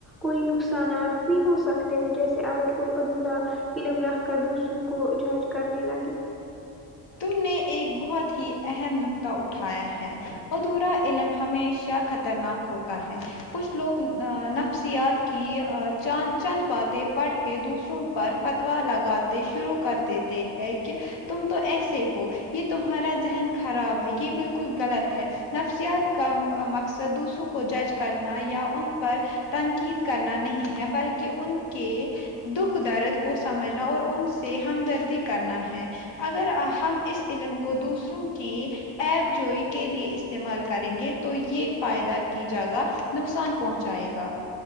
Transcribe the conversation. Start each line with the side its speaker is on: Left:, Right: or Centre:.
Centre: کوئی نقصانات بھی ہو سکتے ہیں جیسے اگر کوئی ادھورا علم رکھ کر دوسروں کو جہج کرنے لگے
Left: تم نے ایک بہت ہی اہم نقطہ اٹھایا ہے ادھورا علم ہمیشہ خطرناک ہوتا ہے کچھ لوگ نفسیات کی چاند چند باتیں پڑھ کے دوسروں پر فتوا لگاتے شروع کر دیتے ہیں کہ تم تو ایسے ہو یہ تمہارا ذہن خراب ہے یہ بالکل غلط ہے نفسیات کا مقصد دوسروں کو جج کرنا یا ان پر تنقید کرنا نہیں ہے بلکہ ان کے دکھ درد کو سمجھنا اور ان سے ہمدردی کرنا ہے اگر ہم اس علم کو دوسروں کی ایپ جوئی کے لیے استعمال کریں گے تو یہ فائدہ کی جگہ نقصان پہنچائے گا